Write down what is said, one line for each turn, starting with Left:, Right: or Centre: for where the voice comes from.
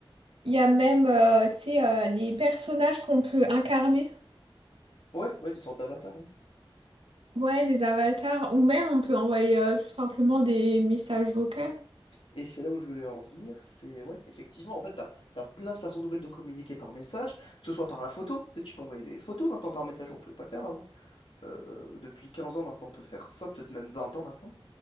Right: Il y a même, euh, tu sais, euh, les personnages qu'on peut incarner.
Left: Ouais, ouais, des sortes d'avatars, ouais.
Right: Ouais, les avatars. Ou même, on peut envoyer euh, tout simplement des messages vocaux.
Left: Et c'est là où je voulais en venir, c'est ouais, effectivement, en fait, t'as, t'as plein de façons nouvelles de communiquer par message, que ce soit par la photo, tu sais, tu peux envoyer des photos maintenant par message, on pouvait pas le faire avant. euh, depuis 15 ans maintenant, on peut faire ça, peut-être même 20 ans maintenant.